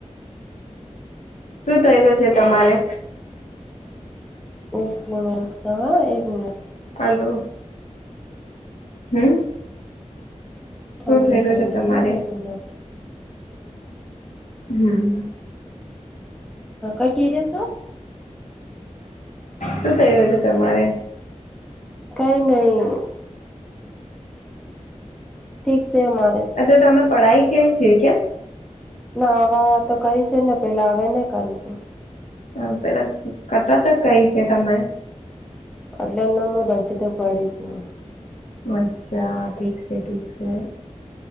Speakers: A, on the left (about 75°); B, in the centre.
A: શું થયેલું છે તમારે
B: એક ક મને રૂકસ હો એક મિનટ
A: હાલો હમ
B: સમંજે
A: શું થઈ રહ્યું
B: સમંજો
A: છે તમારે
B: હા એક મિનટ
A: હમ
B: અ કઈ ક ત છ
A: શું થઈ રહ્યું છે તમારે.
B: કઈ નહી. ઠીક છે હ
A: અ તો તમે પઢાઈ ક છીએ ક્યા
B: ના આવા તો કરી છે ને પેલા હવે નઈ કરું છું
A: હ પેલા કટા તક કઈ છે તમે
B: એટલેને હું દસી તક પડીશું
A: અચ્છા ઠીક છે ઠીક છે